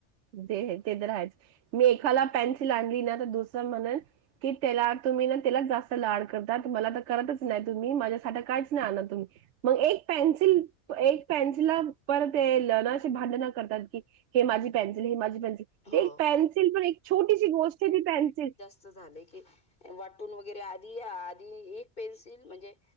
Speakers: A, on the right; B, on the left.
A: ते ते तर आहेच मी एखकाला पेन्सिल आणली ना तर दुसरं म्हणे कि त्याला तुम्ही ना त्याला जास्त लाड करता मला तर करतच नाही तुम्ही माझ्यासाठी काहीच नाही ना तुम्ही. मग एक पेन्सिल एक पेन्सिल पर ते ल नाे भांडण करतात की हे माझी पेन्सिल हे माझी पेन्सिल.
B: हो.
A: ते एक पेन्सिल पण एक छोटीशी गोष्ट आहे ती पेन्सिल
B: झालं की वाटून वगैरे आधी, आधी एक पेन्सिल म्हणजे